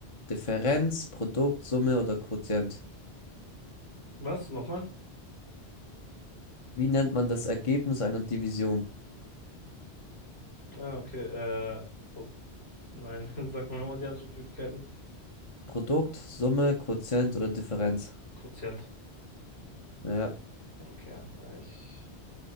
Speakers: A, on the left; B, on the left.
A: Differenz, Produkt, Summe oder Quotient?
B: Was? Nochmal?
A: Wie nennt man das Ergebnis einer Division?
B: Ah, okay, äh, oh, nein, <laughs> sag mal nochmal die Antwortmöglichkeiten.
A: Produkt, Summe, Quotient oder Differenz?
B: Quotient.
A: Ja,
B: Okay, na, ich.